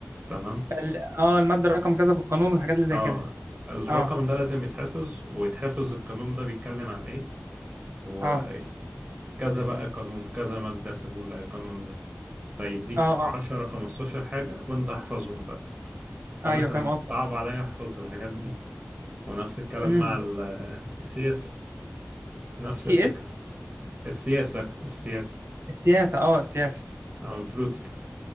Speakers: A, on the right; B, on the right.
A: تمام
B: ال- اه المادة رقم كذا في القانون والحاجات اللي زي
A: اه
B: كده
A: الرقم
B: اه
A: ده لازم يتحفظ ويتحفظ القانون ده بيتكلم عن ايه و
B: اه
A: كذا بقى قانون كذا مادة في القانون ده فيديك
B: اه
A: عشرة
B: اه
A: خمستاشر حاجة وانت احفظهم بقى فأنا
B: ايوه
A: كان
B: فاهم قصدك
A: صعب عليا أحفظ الحاجات دي ونفس الكلام
B: امم
A: مع ال- السياسة نفس
B: سي
A: الفكرة
B: اس
A: السياسة السياسة
B: السياسة اه السياسة
A: أو البوليتيكال